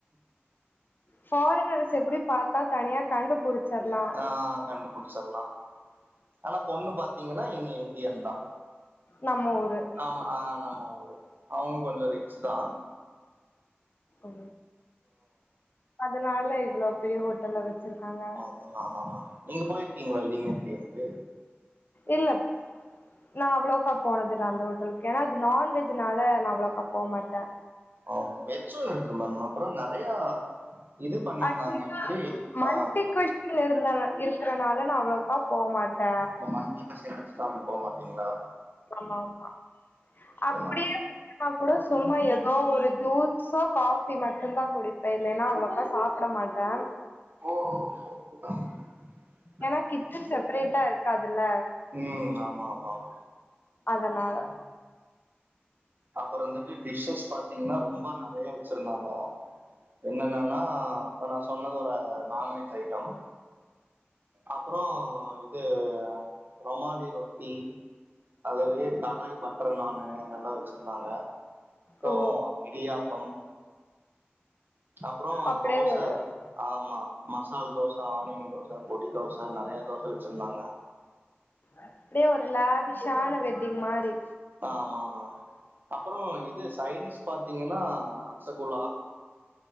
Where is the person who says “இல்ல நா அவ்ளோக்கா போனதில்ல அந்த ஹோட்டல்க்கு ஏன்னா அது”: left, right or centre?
Left